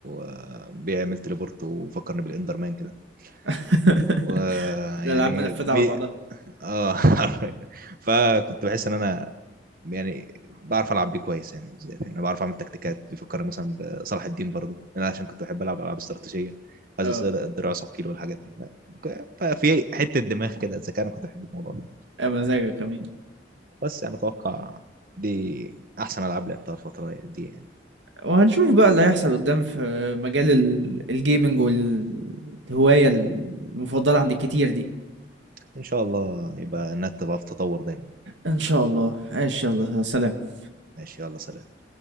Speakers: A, on the right; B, on the right.
A: آه، بيعمل تليبورت وفكرني بالاندر مان كده
B: <laughs>
A: و- آه،
B: الألعاب
A: يعني
B: منفذة
A: بي...
B: على بعضها
A: اه <laughs> فكنت بحس ان انا يعني بعرف العب بيه كويس يعني زي يعني بعرف اعمل تكتيكات بيفكرني مثلا بصلاح الدين برضه انا عشان كنت بحب العب العاب استراتيجيه عايز
B: اه
A: اصير الدراع ثقيل والحاجات دي ففي حته دماغ كده الذكاء انا كنت بحب الموضوع ده
B: يا مزاجك كمان
A: بس انا اتوقع دي احسن العاب لعبتها الفتره دي يعني
B: وهنشوف بقى اللي هيحصل قدام في مجال ال- الجيمنج والهواية المفضلة عند الكتير دي
A: ان شاء الله يبقى النت بقى في تطور دايما
B: إن شاء الله إن شاء الله سلام
A: ماشي يلا سلام